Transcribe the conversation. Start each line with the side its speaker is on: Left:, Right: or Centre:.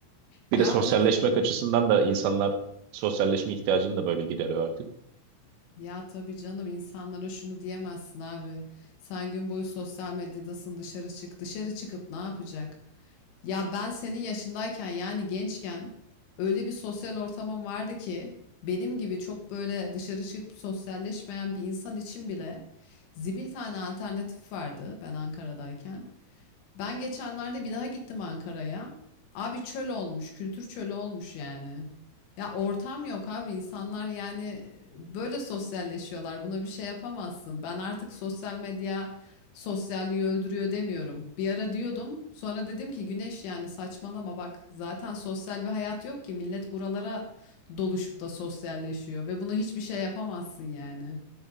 Right: Bir
Left: Ya
Right: de sosyalleşmek
Left: tabii.
Right: açısından da insanlar sosyalleşme ihtiyacını da böyle gideriyor artık.
Left: Ya tabii canım insanlara şunu diyemezsin abi. Sen gün boyu sosyal medyadasın dışarı çık. Dışarı çıkıp ne yapacak? Ya ben senin yaşındayken yani gençken öyle bir sosyal ortamım vardı ki benim gibi çok böyle dışarı çıkıp sosyalleşmeyen bir insan için bile zibil tane alternatif vardı ben Ankara'dayken. Ben geçenlerde bir daha gittim Ankara'ya. Abi çöl olmuş, kültür çölü olmuş yani. Ya ortam yok abi insanlar yani böyle sosyalleşiyorlar. Buna bir şey yapamazsın. Ben artık sosyal medya sosyalliği öldürüyor demiyorum. Bir ara diyordum. Sonra dedim ki Güneş yani saçmalama bak. Zaten sosyal bir hayat yok ki. Millet buralara doluşup da sosyalleşiyor ve buna hiçbir şey yapamazsın yani.